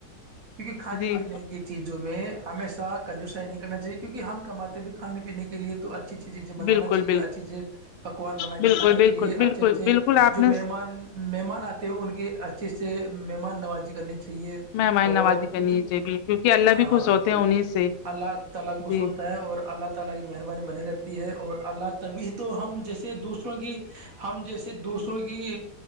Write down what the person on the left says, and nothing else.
جی
بالکل بالکل
بالکل
بالکل
بالکل
بالکل آپ
نے
مہمانیں
نوازی کرنییے
بھی کیونکہ اللہ
بھی خوش ہوتے
ہیں انہیں سے
جی